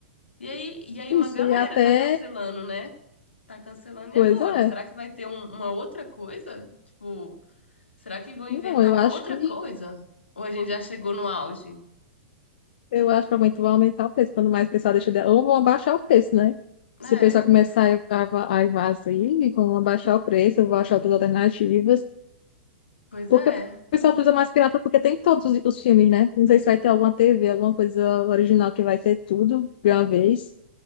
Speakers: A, on the left; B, on the left.
A: E aí, e aí
B: Isso,
A: uma galera
B: e até,
A: tá cancelando, né? Tá cancelando
B: pois
A: e agora?
B: é,
A: Será que vai ter um- uma outra coisa? Tipo. Será que vão inventar
B: não, eu
A: uma
B: acho
A: outra
B: que
A: coisa? Ou a gente já chegou no auge?
B: eu acho que aumenta- vai aumentar o preço, quando mais o pessoal deixa de... Ou vão abaixar o preço, né? Se
A: É,
B: o pessoal começar a, a, a invadir, vão abaixar o preço, vão achar outras alternativas.
A: pois
B: Porque
A: é.
B: o pessoal utiliza mais pirata porque tem todos os os filmes, né? Não sei se vai ter alguma TV, alguma coisa original que vai ter tudo de uma vez.